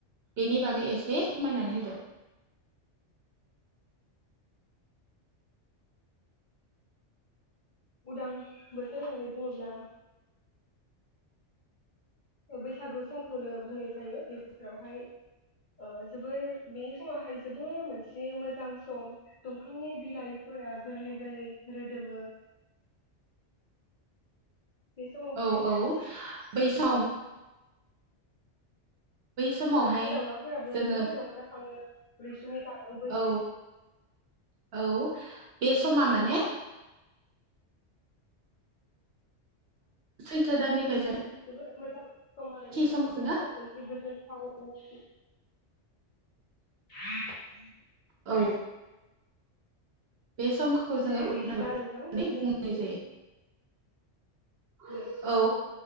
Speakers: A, on the right (about 65°); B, on the left (about 45°).
A: बेनि बागै एसे फोरमायनानै होदो
B: उदां बोथोर होननानै बुङोब्ला बैसागु समखौनो बुंनाय जायो बे बोसोरावहाय ओ जोबोर बे समावाहाय जोबोर मोनसे मोजां सम दंफांनि बिलाइफोरा गोरलै गोरलै रोदोमो बे समावहाय
A: औ औ बै <unintelligible> <inaudible> समावहाय
B: दाउसिन दावउलाफोराबो
A: जोङो
B: जोबोर रंजाखाङो रैसुमै गारां बोयो
A: औ औ बे समा माने सैथो दाननिफाय
B: जोबोद मोजां सम आरोना
A: समखौ
B: बे समाव
A: जोङो
B: मोनसे गोजोनथाव <inaudible>
A: औ बे समखौ जोङो
B: दे
A: उदां
B: बिदिब्ला
A: बोथोर
B: नोंथां
A: होननानै
B: दोनथ'नोसै
A: बुंनाय जायो
B: दे।
A: औ